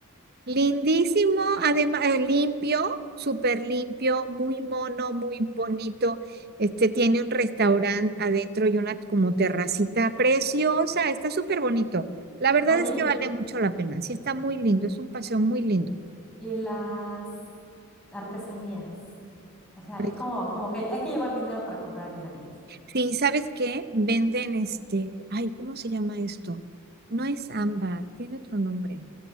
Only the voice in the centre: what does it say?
Oye,
y las artesanías. O sea,
es como, como que hay, hay que llevar dinero para comprar artesanías.